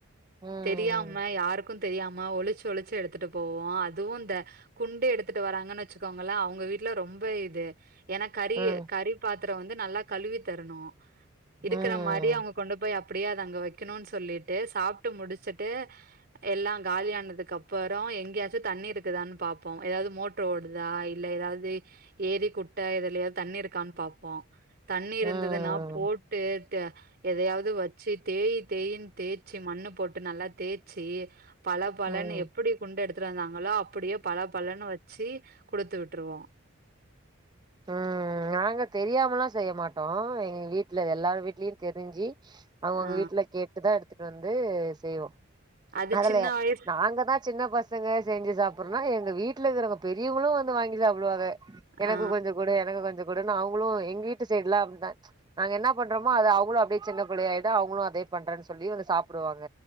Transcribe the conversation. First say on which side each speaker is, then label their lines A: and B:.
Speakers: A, on the right; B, on the right.
A: ம்
B: தெரியாம யாருக்கும் தெரியாம ஒளிச்சு ஒளிச்சு எடுத்துட்டு போவு அதுவு இந்த குண்டு எடுத்துட்டு வராங்கன் வச்சுக்கோங்கள அவங்க வீட்ல ரொம்ப இது ஏன்னா கறியே
A: ம்
B: கறி பாத்திரம் வந்து நல்லா கழுவி தரணு இருக்கிற
A: ம்
B: மாரி அவங்க கொண்டு போய் அப்படியே அது அங்க வெக்கணு சொல்லிட்டு சாப்ட்டு முடிச்சுட்டு எல்லாம் காலியானதுக்கு அப்புறம் எங்கேயாச்சும் தண்ணி இருக்குதான்னு பாப்போ எதாவ்து மோட் ட்ரு ஓடுதா இல்ல எதாவ்து ஏரி குட்ட எதுலயாவ் தண்ணி இருக்கான் பாப்போ தண்ணி
A: ம்
B: இருந்ததுன்னா போட்டு ஏட்டு எதையாவ்து வச்சு தேய் தேயின் தேய்ச்சி மண்ணு போட்டு நல்லா தேய்ச்சு பள பளன்னு
A: ம்
B: எப்பிடி குண்டு எடுத்துட்டு வந்தாங்களோ அப்படியே பள பளன்னு வச்சு குடுத்து விட்ருவோ
A: ம் நாங்க தெரியாமல்லா செய்ய மாட்டோ எங்க வீட்ல எல்லார் வீட்லயும் தெரிஞ்சு அவுங்கவுங்க
B: ஆ
A: வீட்ல கேட்டு தா எடுத்துட்டு வந்து செய்வோ
B: அது
A: மொதல்ல
B: சின்ன வயசு
A: நாங்கதா சின்ன பஸ் சங்க செஞ்சு சாப்பிறனா எங்க வீட்ல இருக்கிறவங்க பெரியவங்களும் வந்து வாங்கி சாப்டுவாங்க எனக்கு
B: ஆ
A: கொஞ்சோ குடு எனக்கு கொஞ்சோ குடுன் அவங்களு எங்க வீட்டு சைடுலா அப் தா நாங்க என்ன பண்றோமோ அது அவங்களு அப்டியே சின்ன புள்ளையா ஆய்ட்டு அவங்களு அதே பண்றேன் சொல்லி வந்து சாப்பிடுவாங்க